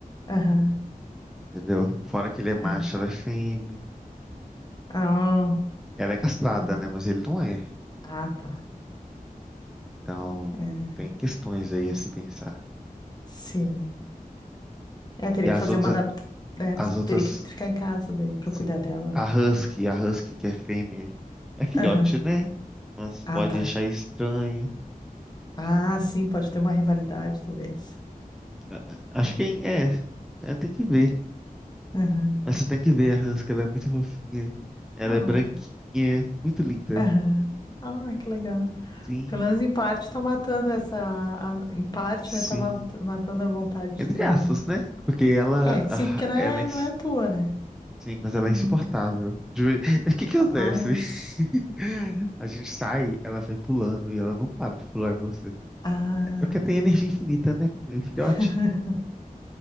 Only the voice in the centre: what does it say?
entendeu? Fora que ele é macho,
ela é fêmea.
Ela é castrada,
né? Mas ele não é.
Então,
tem questões aí a se pensar.
E as
outras,
as outras
Sim.
A
Husky, a Husky que é fêmea. É filhote,
né? Mas pode
achar estranho.
A- a- Acho que é, é, é, tem que ver.
Mas você tem que ver a Husky, ela é muito fofinha. Ela
é branquinha, muito linda.
Sim,
sim.
Entre
aspas,
né? Porque ela,
ah,
ela
é, ins-
sim, mas ela
é insuportável. Ju- <laughs> O que que acontece?
<laughs> A gente sai, ela vem pulando e ela não para de pular em você.
É porque tem energia infinita, né, filhote?